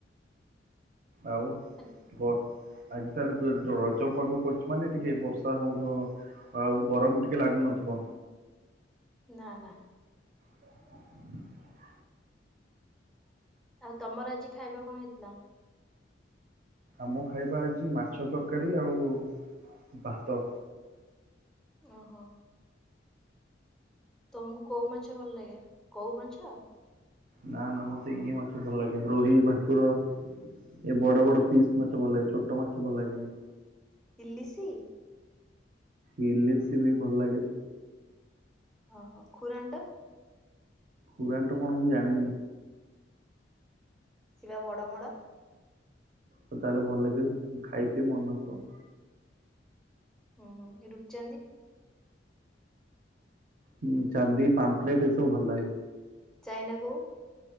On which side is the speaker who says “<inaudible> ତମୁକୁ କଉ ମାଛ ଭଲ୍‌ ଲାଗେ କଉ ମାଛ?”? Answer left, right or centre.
Centre